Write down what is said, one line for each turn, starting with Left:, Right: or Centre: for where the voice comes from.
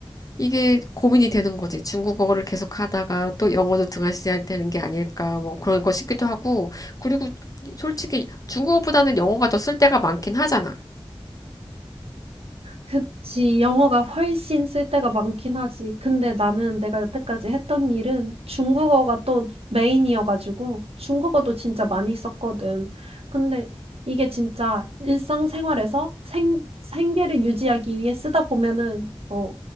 Left: 이게 고민이 되는 거지. 중국어를 계속 하다가 또 영어도 등한시해야 되는 게 아닐까, 뭐 그런 거 싶기도 하고. 그리고 솔직히 중국어보다는 영어가 더 쓸 때가 많긴 하잖아.
Right: 그치, 영어가 훨씬 쓸 때가 많긴 하지. 근데 나는 내가 여태까지 했던 일은 중국어가 또 메인이어가지고 중국어도 진짜 많이 썼거든. 근데 이게 진짜 일상생활에서 생, 생계를 유지하기 위해 쓰다 보면은, 어,